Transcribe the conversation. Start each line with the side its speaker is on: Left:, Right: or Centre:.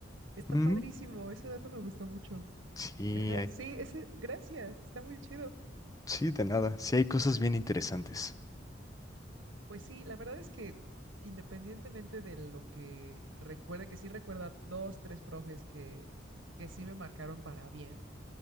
Right: Está
Left: Ujú.
Right: padrísimo, ese dato me gustó mucho.
Left: Sí,
Right: Ajá.
Left: hay-
Right: Sí, ese, gracias, está muy chido.
Left: sí, de nada. Sí, hay cosas
Right: Ajá.
Left: bien interesantes.
Right: Pues sí, la verdad es que independientemente de lo que recuerde, que sí recuerda dos, tres profes que, que sí me marcaron para bien